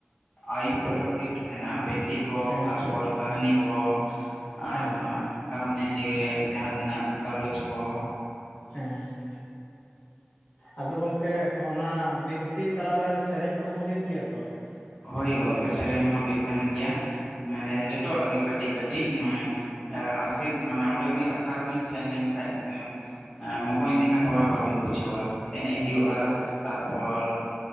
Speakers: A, on the left (about 20°); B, on the left (about 70°).
A: ᱟᱹᱭᱩᱵᱽ ᱵᱮᱲᱟ ᱦᱩᱭᱩᱜ ᱛᱟᱦᱮᱸᱱᱟ ᱵᱤᱱᱛᱤ ᱠᱚ,
B: ᱦᱮᱸ
A: ᱛᱟᱨᱯᱚᱨ
B: ᱦᱮᱸ
A: ᱠᱟᱹᱦᱱᱤ ᱠᱚ, ᱟᱨ
B: ᱦᱮᱸ
A: ᱱᱚᱣᱟ ᱠᱟᱨᱟᱢ ᱱᱤᱭᱮ ᱛᱮᱜᱮ ᱡᱟᱦᱟᱸ ᱛᱤᱱᱟᱹᱜ ᱜᱟᱞᱚᱪ ᱠᱚ᱾
B: ᱦᱮᱸ᱾ ᱟᱫᱚ ᱜᱚᱢᱠᱮ ᱚᱱᱟ ᱵᱤᱱᱛᱤ ᱛᱟᱞᱟᱨᱮ ᱥᱮᱨᱮᱧ ᱠᱚᱦᱚᱸ ᱦᱩᱭᱩᱜ ᱜᱮᱭᱟ ᱛᱚ?
A: ᱦᱳᱭ
B: ᱟᱫᱚ
A: ᱜᱚᱝᱠᱮ ᱥᱮᱨᱮᱧ ᱦᱚᱸ ᱦᱩᱭᱩᱜ ᱛᱟᱦᱮᱸᱱ ᱜᱮᱭᱟ, ᱢᱟᱱᱮ
B: ᱦᱮᱸ
A: ᱡᱚᱛᱚᱣᱟᱜ ᱜᱮ᱾ ᱠᱟᱹᱴᱤᱡᱽ ᱠᱟᱹᱴᱤᱡᱽ ᱮᱸ ᱟᱥᱠᱮᱛ ᱢᱟᱱᱮ ᱚᱸᱰᱮ ᱵᱤᱱ ᱟᱠᱷᱲᱟ ᱨᱮᱵᱤᱱ ᱥᱮᱱ ᱞᱮᱱᱠᱷᱟᱡ ᱟᱸ ᱢᱚᱠᱚᱧ ᱞᱮᱠᱟ ᱦᱚᱸ ᱵᱟᱵᱤᱱ ᱵᱩᱡᱷᱟᱹᱣᱟ ᱮᱱᱮᱡᱽ ᱦᱩᱭᱩᱜᱼᱟ,
B: ᱟᱪᱪᱷᱟ ᱟᱪᱪᱷᱟ
A: ᱛᱟᱨᱯᱚᱨ